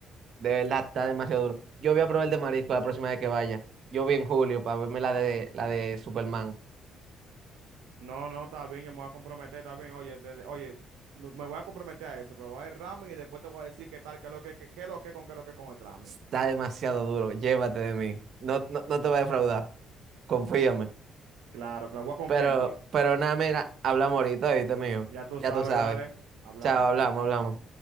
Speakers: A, on the right; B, on the right.
A: De verdad, está demasiado duro. Yo voy a probar el de marisco la próxima vez que vaya. Yo vi en julio para verme la de, la de Superman.
B: No, no, está bien, yo me voy a comprometer, está bien. Oye, desde- oye, no- me voy a comprometer a eso, probar el ramen y después te voy a decir qué tal, qué lo que, qué, qué lo que, con qué lo que con el ramen.
A: Está demasiado duro. Llévate de mí. No, no, no te voy a defraudar. Confíame.
B: Claro, claro, voy a confiar
A: Pero,
B: en ti.
A: pero nada, mira, hablamos ahorita, ¿viste, mío?
B: Ya tú
A: Ya
B: sabes,
A: tú sabes.
B: dale, hablamos.
A: Chao, hablamos, hablamos.